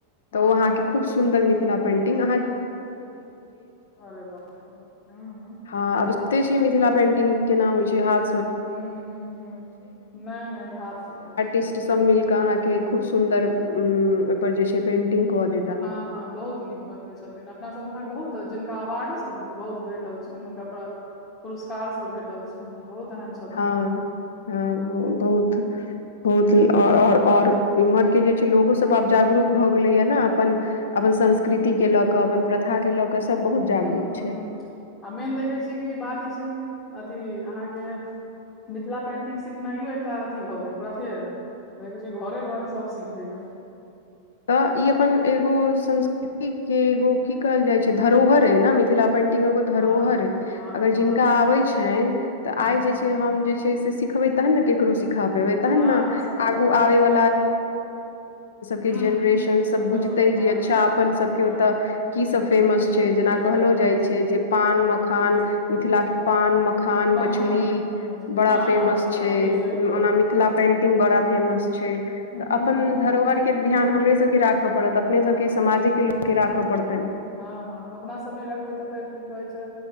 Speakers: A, on the left; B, on the left.
A: हँ
B: त ओ अहाँके खूब सुन्दर मीथीला पेनटिंग
A: अरे बाप रे हूं हूं
B: <unintelligible> हँ आब जनिते छी मिथिला पेंटिंग केना होइ छै हाथ
A: हू ह ह नहि नहि हाथ सीखा छै
B: अ खर पर जे छे पेटिंग को देी
A: हँ हँ बहुत नीक बनबै छथिन अपना सब उम्हर बहुत जिनका अवार्डो सब बहुत भेटल छनि हुनका प पुरस्कार सब भेटल छनि बहुत एहन छ
B: हँ हँ बहुत बहुतर आओर इम्हरके जे छै लोगोसभ आब जागरूक भऽ गेलैए ने अपन अपन संस्कृति के लऽ कऽ अपन प्रथा के लऽ क सब बहुत जागरूक
A: हू
B: छै
A: हू आ मेन देखै छियै कि बात ई छै कि अथी अहाँके मिथिला पेन्टिंग सिखनाइयो एकटा अथी भऽ गेल प्रथे देखै छियै घरे घरे सभ सीखैया।
B: तऽ ई अपन एगो संस्कृति के एगो की कहल जाय छै, धरोहर अ ने मिथिला। पेन्टिंगो को धरोहर।
A: हँ हँ
B: अगर
A: हँ
B: जिनका आबै छनि तऽ
A: हूँ
B: आइ जे छै, हम जे छै से सिखबैत। तऽ के सीखत ने,
A: हँ सएह
B: आगू
A: बात छै
B: आबै व।
A: हूँ
B: के जेनरेशन सभ
A: अपन
B: बुझतै,
A: सबके हँ
B: अच्छा अपन सभ
A: हँ
B: ओता की सभ फेमस। जेना
A: की सब
B: कहलो
A: फेमस
B: जाइ छै। जे पान मखान मिथिला। पान मखान
A: मखान
B: मछली।
A: मछली
B: बड़ा
A: हँ
B: फेमस
A: हँ
B: छै।
A: इहो सही कहल
B: ओना मिथिला पेंटिंग बड़ा फेमस छै।
A: हूँ
B: अपन
A: हूँ
B: धरोहर। के ध्यान हमरे सभके राखय पड़त, अपने सभके समाजे के लोक के राखऽ पड़तनि।
A: हँ हँ, अपना सभ नहि रखबै तऽ फेर की कहै छै।